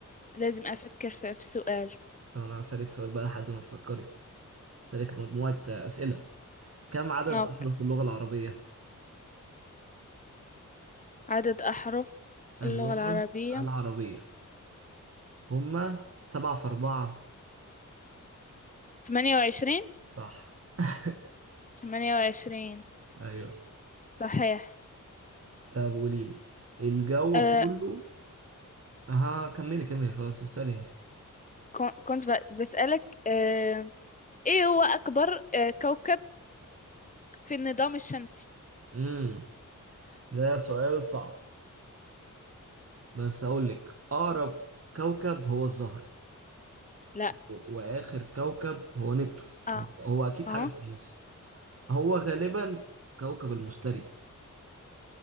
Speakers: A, on the left; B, on the right.
A: لازم أفكر في في السؤال
B: طب انا هسألك سؤال بقى لحد ما تفكري هسألك مجموعة أسئلة كم عدد
A: اوكي
B: أحرف اللغة العربية؟
A: عدد أحرف
B: اللغة
A: اللغة العربية
B: العربية هما سبعة في أربعة
A: 28
B: صح <laughs>
A: 28
B: أيوة
A: صحيح
B: طب قولي لي الجو
A: آه
B: كله أها كملي كملي خلاص اسألي أنت
A: كن- كنت ب- بسألك آه ايه هو أكبر آه كوكب في النظام الشمسي
B: امم ده سؤال صعب بس أقول لك أقرب كوكب هو الزهرة
A: لا
B: و- واخر كوكب هو نبتون
A: اه
B: هو اكيد
A: اه
B: حاجه في النص هو غالبا كوكب المشتري